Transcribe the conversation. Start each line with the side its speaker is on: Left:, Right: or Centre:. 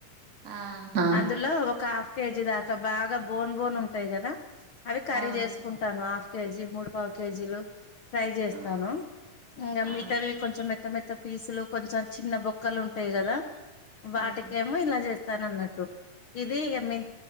Right: ఆహా
Left: అందులో ఒక హాఫ్ కేజీ దాకా బాగా బోన్ బోన్ ఉంటాయి కదా అవి కర్రీ
Right: అవును
Left: చేసుకుంటాను హాఫ్ కేజీ మూడు పావు కేజీలు ఫ్రై చేస్తాను
Right: ఆ
Left: ఇంకా
Right: ఆ
Left: మితావి కొంచెం మెత్త మత్త త్త పీసులు కొంచెం చిన్న బొక్కలు ఉంటాయి కదా వాటికేమో
Right: హ్మ్.
Left: ఇలా చేస్త స్తాను అన్నట్టు ఇది మీ